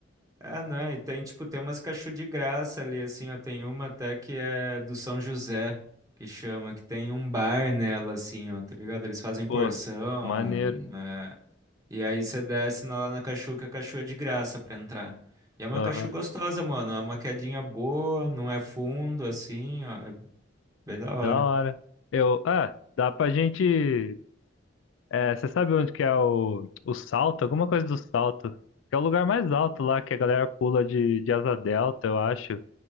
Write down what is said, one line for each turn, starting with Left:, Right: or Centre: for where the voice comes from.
Right: É, não, e tem, tipo, tem umas cachorro de graça ali, assim, ó, tem uma até que é do São José, que chama, que tem um bar nela, assim, ó, tá ligado? Eles fazem
Left: Pô,
Right: porção,
Left: maneiro.
Right: né? E aí você desce na- lá na cachu, que a cachu é de graça pra entrar. E é uma
Left: Aham,
Right: cachu gostosa, mano, é uma quedinha boa, não é fundo, assim, ó, é bem da hora.
Left: da hora. Eu, ah, dá pra gente. É, você sabe onde que é o, o salto? Alguma coisa do salto. Que é o lugar mais alto lá que a galera pula de, de asa delta, eu acho.